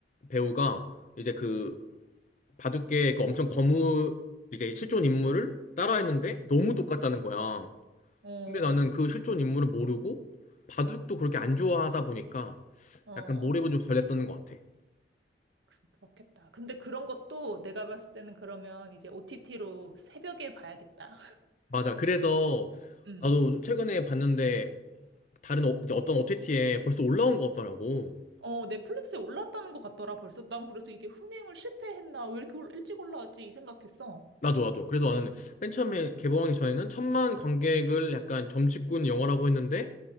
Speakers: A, on the left; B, on the right.
A: 배우가 이제 그 바둑계 그 엄청 거무 이제 실존 인물을 따라했는데 너무 똑같다는 거야.
B: 어,
A: 근데 나는 그 실존 인물을 모르고 바둑도 그렇게 안 좋아하다 보니까
B: 어, 어.
A: 약간 몰입은 좀 덜 했던 것 같아.
B: 그- 그렇겠다. 근데 그런 것도 내가 봤을 때는 그러면 이제 OTT로 새벽에 봐야겠다.
A: 맞아. 그래서
B: 음.
A: 나도 최근에 봤는데 다른 어, 이제 어떤 OTT에 벌써 올라온 것 같더라고.
B: 어, 넷플릭스에 올랐다는 것 같더라, 벌써. 난 그래서 이게 흥행을 실패했나? 왜 이렇게 올- 일찍 올라왔지? 이 생각했어.
A: 나도 나도. 그래서 나는 맨 처음에 개봉하기 전에는 천만 관객을 약간 점집꾼 영화라고 했는데